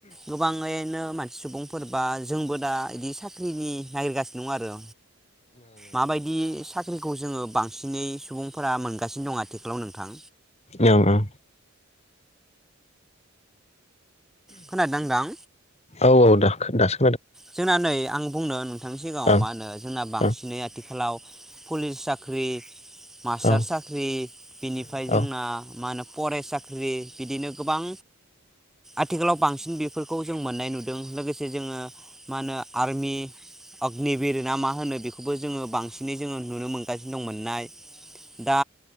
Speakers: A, in the centre; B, on the left (about 30°).
A: गोबाङैनो मानसि सुबुंफोर बा जोंबो दा बिदि साख्रिनि नागिरगासिनो दं आरो माबायदि साख खौ जोङो बांसिनै सुबुंफोरा मोनगासिनो दङ आथिखालाव नोंथां
B: ओं ओं
A: खोनादों नोंथां
B: औ औ दाख दास
A: जोंना नै आं बुंनो नोंथांनि सिगाङाव
B: ओं
A: मा होनो जोंना बांसिनै
B: ओं
A: आथिखालाव पुलिस साख्रि मास्टार
B: औ
A: साख्रि बिनिफ्राय
B: औ
A: जोंना मा होनो फरेस साख्रि बिदिनो गोबां आथिखालाव बांसिन बेफोरखौ जों मोननाय नुदों लोगोसे जोङो मा होनो आर्मि अग्निभिर ना मा होनो बेखौबो जोङो बांसिनै जोङो नुनो मोनगासिनो दं मोननाय दा